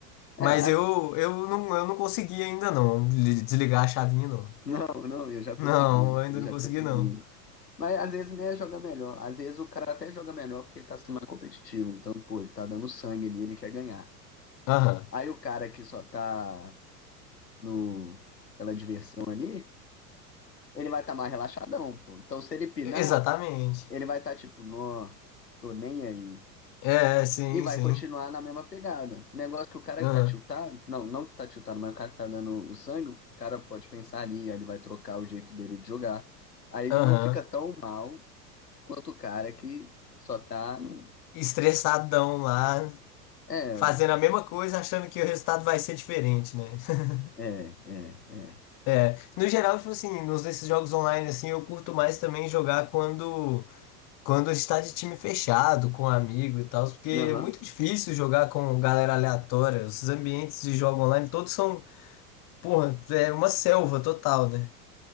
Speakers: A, on the left; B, on the left.
A: É,
B: Mas
A: as-
B: eu, eu, não, eu não consegui ainda não de- desligar a chavinha, não.
A: <laughs> não, não, eu já consegui,
B: Não, eu ainda
A: eu
B: não
A: já
B: consegui,
A: consegui.
B: não.
A: Mas às vezes nem joga melhor. Às vezes o cara até joga melhor porque ele tá sendo mais competitivo. Então, pô, ele tá dando sangue ali, ele quer ganhar.
B: Aham.
A: Aí o cara que só tá no, pela diversão ali. ele vai estar mais relaxadão, pô. Então, se ele pinar,
B: Exatamente.
A: ele vai estar tipo, não, tô nem aí.
B: É, sim,
A: E vai
B: sim.
A: continuar na mesma pegada. O negócio que o cara
B: Aham.
A: que tá tiltado, não, não que tá tiltado, mas o cara que tá dando o sangue, o cara pode pensar ali, aí ele vai trocar o jeito dele de jogar. Aí ele
B: Aham.
A: não fica tão mal quanto o cara que só tá no.
B: Estressadão lá,
A: É,
B: fazendo
A: ué.
B: a mesma coisa, achando que o resultado vai ser diferente, né? <laughs>
A: É, é, é.
B: É. No geral, tipo assim, nos desses jogos online, assim, eu curto mais também jogar quando. Quando está de time fechado, com amigo e tal, porque
A: Aham.
B: é muito difícil jogar com galera aleatória. Esses ambientes de jogo online todos são, porra, é uma selva total, né?